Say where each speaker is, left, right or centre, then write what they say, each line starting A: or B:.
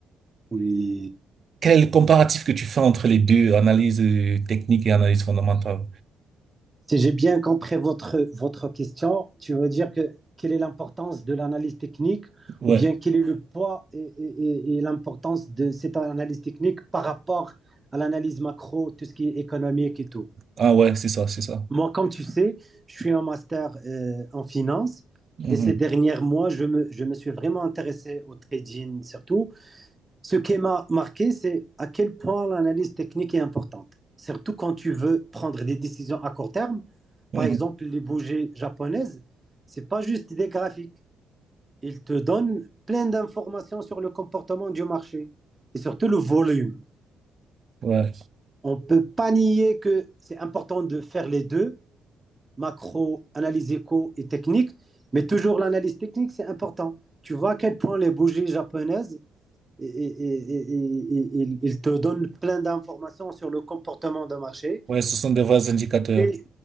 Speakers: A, on the right; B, on the right.
A: oui.
B: Quel est le comparatif que tu fais entre les deux, analyse euh, technique et analyse fondamentale?
A: Si j'ai bien compris votre, votre question, tu veux dire que quelle est l'importance de l'analyse technique
B: Ouais.
A: ou bien quel est le poids et, et- et- et l'importance de cette analyse technique par rapport à l'analyse macro, tout ce qui est économique et tout.
B: Ah ouais, c'est ça, c'est ça.
A: Moi, comme tu sais, je suis en master euh, en finance
B: Mhm.
A: et ces derniers mois, je me, je me suis vraiment intéressé au trading surtout ce qui m'a marqué, c'est à quel point l'analyse technique est importante, surtout quand tu veux prendre des décisions à court terme.
B: Mhm.
A: Par exemple, les bougies japonaises, c'est pas juste des graphiques. Ils te donnent plein d'informations sur le comportement du marché et surtout le volume.
B: Ouais.
A: On ne peut pas nier que c'est important de faire les deux, macro, analyse éco et technique, mais toujours l'analyse technique, c'est important. Tu vois à quel point les bougies japonaises et, et- et- et- et- il te donne plein d'informations sur le comportement de marché,
B: Ouais, ce sont des vrais indicateurs.
A: les,